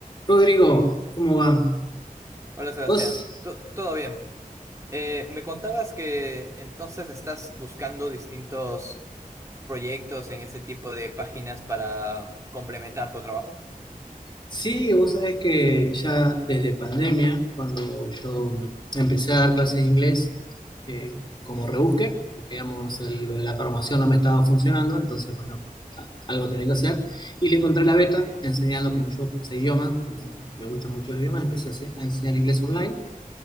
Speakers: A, on the left; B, on the right.
A: Rodrigo, ¿cómo va?
B: Hola Sebastián,
A: Vos,
B: To- todo bien. Eh, me contabas que entonces estás buscando distintos proyectos en este tipo de páginas para complementar tu trabajo.
A: sí, vos sabés que ya desde pandemia, cuando yo empecé a dar clases de inglés, eh, como rebusque, porque digamos, el- lo de la programación no me estaba funcionando, entonces, bueno, a- algo tenía que hacer, y le encontré la beta enseñando como yo sé idiomas, como me gusta mucho el idioma, empecé a, hacer- a enseñar inglés online,